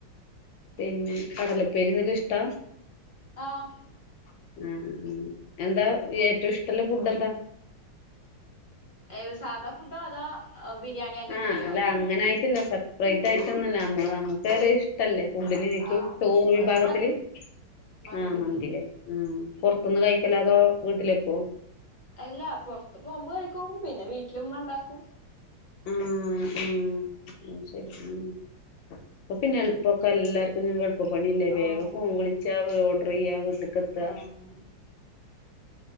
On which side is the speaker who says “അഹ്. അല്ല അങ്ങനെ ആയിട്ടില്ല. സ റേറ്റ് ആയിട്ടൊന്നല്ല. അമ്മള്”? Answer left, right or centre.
Left